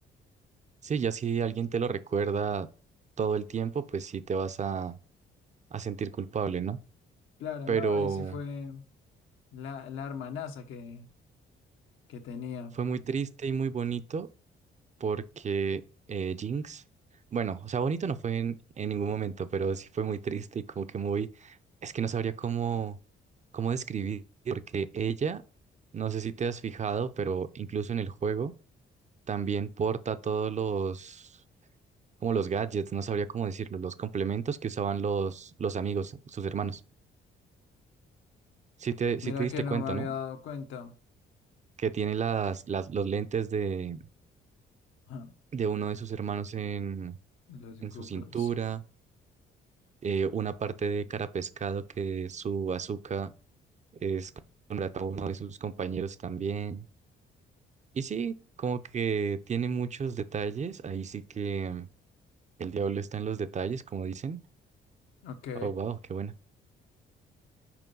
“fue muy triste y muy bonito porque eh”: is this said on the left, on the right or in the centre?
Right